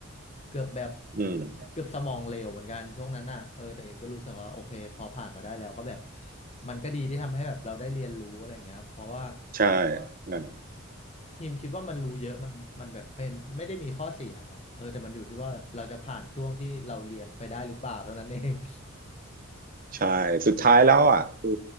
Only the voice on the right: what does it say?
อืม
ใช่ใช่
ใช่สุดท้ายแล้วอ่ะคือ